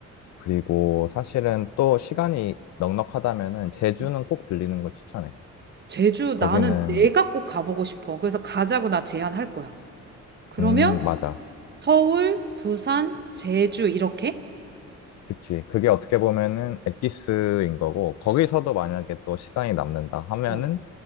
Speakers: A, on the left (about 65°); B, on the right (about 35°).
A: 그리고 사실은 또 시간이 넉넉하다면은 제주는
B: 음.
A: 꼭 들리는 걸 추천해.
B: 제주,
A: 거기는,
B: 나는 내가 꼭 가보고 싶어. 그래서 가자고 나 제안할 거야. 그러면
A: 음, 맞아.
B: 서울, 부산, 제주, 이렇게?
A: 그치. 그게 어떻게 보면은 엑기스인 거고, 거기서도 만약에 또 시간이 남는다 하면은,
B: 어.